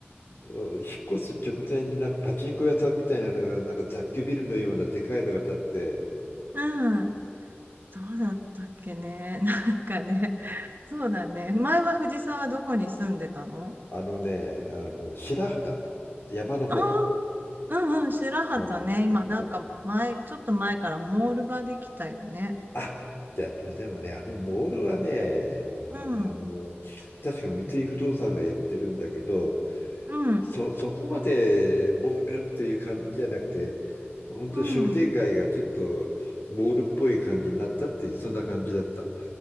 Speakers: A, on the left; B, on the right.
A: 引っ越す直前になんかパチンコ屋さんみたいなのが、なんか雑居ビルのようなでかいのが建って、
B: た。うん。どうだったっけね。なんかね。そうだね。前は藤沢どこに住んでたの
A: あのね、あの白畑、山の方。
B: ああー、うんうん、白旗ね。
A: うん。
B: 今なんか前、
A: うん。
B: ちょっと前からモールができたよね。
A: あ、で、でもね、あのモールはね、あ
B: うん、
A: の、確か三井不動産がやってるんだけど、
B: うん、
A: そ、そこまでモールっていう感じじゃなくて、本当に商店街がちょっとモールっぽい感じになったっていう、
B: うん。
A: そんな感じだった。